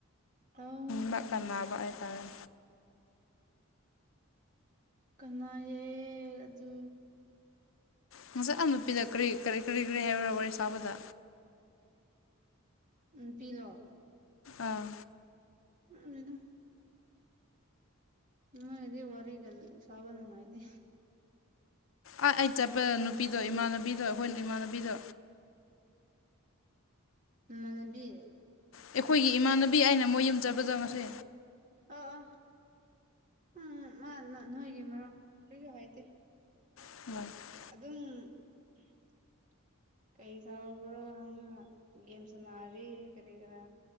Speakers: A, on the right (about 35°); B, on the left (about 70°).
A: ꯑꯧ
B: ꯃ
A: ꯄꯤꯗ꯭ꯔꯦ
B: ꯀꯅꯥꯕꯦ ꯇꯥꯔꯦ
A: ꯀꯅꯥꯌꯦ ꯑꯗꯨ
B: ꯉꯪꯁꯛ ꯑꯃꯅ ꯄꯤꯔꯛ ꯀꯔꯤ ꯀꯔꯤ ꯀꯔꯤ ꯀꯔꯤ ꯍꯥꯏꯕꯔꯥ ꯋꯥꯔꯤ ꯁꯥꯕꯗ
A: ꯎ ꯄꯤꯂꯣ
B: ꯑꯥ
A: ꯎꯝ ꯎ <unintelligible> ꯃꯣꯏꯒꯗꯤ ꯋꯥꯔꯤꯒ ꯁꯥꯕ ꯅꯨꯡꯉꯥꯏꯇꯦ
B: ꯑ ꯑꯩ ꯆꯠꯄꯗ ꯅꯨꯄꯤꯗꯣ ꯏꯃꯥꯟꯅꯕꯤꯗꯣ ꯑꯩꯈꯣꯏꯅ ꯏꯃꯥꯟꯅꯕꯤꯗꯣ
A: ꯃꯃꯥꯟꯅꯕꯤ
B: ꯑꯩꯈꯣꯏꯒꯤ ꯏꯃꯥꯟꯅꯕꯤ ꯑꯩꯅ ꯃꯣꯏ ꯌꯨꯝ ꯆꯠꯄꯗꯣ ꯉꯁꯤ
A: ꯑ ꯑ ꯎꯝ ꯃꯥꯅ ꯅꯣꯏꯒꯤ ꯃꯔꯝ ꯀꯔꯤꯁꯨ ꯍꯥꯏꯗꯦ
B: <unintelligible>
A: ꯑꯗꯨꯝ ꯀꯩꯗꯧꯕ꯭ꯔꯣ ꯍꯪꯉꯥꯒ ꯒꯦꯝ ꯁꯥꯟꯅꯔꯤ ꯀꯔꯤꯒꯤꯔꯥ